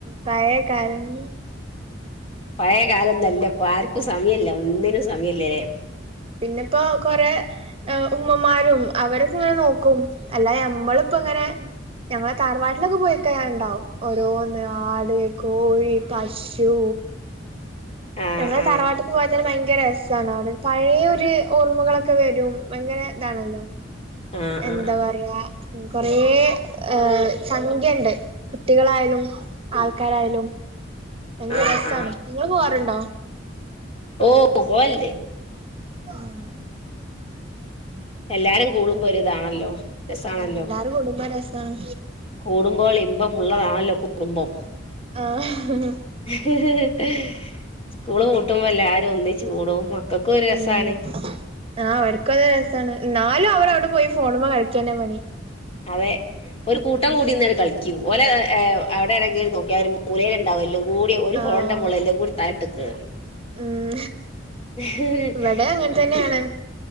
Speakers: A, on the right; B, on the left.
A: പായ കാലണ ഉം
B: പഴയ കാലം നല്ല ഇപ്പൊ ആർക്കും സമയമല്ല ഒന്നിനും സമയമല്ലല്ലേ
A: പിന്നെ ഇപ്പോ കൊറേ ഹെ ഉമ്മമാരും അവരൊക്കെ ഇങ്ങനെ നോക്കും അല്ലാ നമ്മളിപ്പ ഇങ്ങനെ ഞങ്ങളെ താറവാട്ടിലൊക്കെ പോയിക്കന് ഞാൻ ഉണ്ടാവും ഓരോന്ന് ആട് കോഴി പശു
B: ആഹ്
A: ഞങ്ങൾ
B: ആഹ്
A: തറവാട്ടക്ക് പോയാ തന്നെ ഭയങ്കര രസമാണ് അവിടെ പഴയൊ ഒരു ഓർമ്മകളൊക്കെ വരും ഭയങ്കര ഇതാണല്ലോ
B: ആഹ്
A: എന്താ
B: ആഹ്
A: പറയാ ഉ കൊറെ ഏ സംഖ്യുണ്ട് കുട്ടികളായാലും ആൾക്കാരായാലും ഭയങ്കര
B: ആഹ്
A: രസമാണ്
B: ആഹ്
A: നിങ്ങള്ൾ പോവാറുണ്ടോ
B: ഓ പോവലുണ്ട്
A: ആം
B: എല്ലാരും കൂടുമ്പോ ഒരുരിതാണല്ലോ രസമാണല്ലോ
A: ഉം എല്ലാരും കൂടുമ്പോ രസാണ്
B: കൂടുമ്പോുകൾ ഇമ്പം ഉള്ളതാണല്ലോ കുടുംബം
A: ആഹഹ
B: ഉ സ്കൂള് പൂട്ടുമ്പോൾ എല്ലാരും ഒന്നിച്ച് കൂടും മക്കൾക്കും ഒരു രസമാണ്
A: ഉം ആഹ് അവർക്കും അത് രസമാണ് നാലും അവർ അവിടെ പോയി ഫോണുമ്പോ കളിക്കല്ലേ പണി
B: അതെ ഒരു കൂട്ടം
A: ഉം
B: കൂടിന്ന കളി ക്യൂ ഓലേഅവിടെടെങ്കില നോക്കിയ അവ ഒരു മൂലൽ ഉണ്ടാവുമല്ലോ കൂടിയ ഒരു
A: ആഹ്
B: ഫോണിൻറെ മോളിൽ എല്ലാം കൂടി തലട് നിക്ക്
A: ഉം
B: ഹി ഹി
A: ഇവിടെ
B: ഏ
A: അങ്ങനെ തന്നെയാണ്